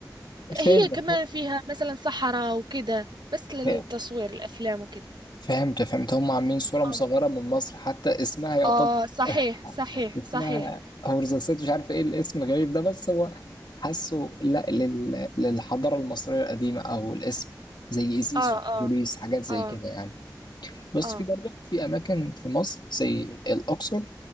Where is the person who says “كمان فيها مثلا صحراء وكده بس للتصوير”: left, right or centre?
Right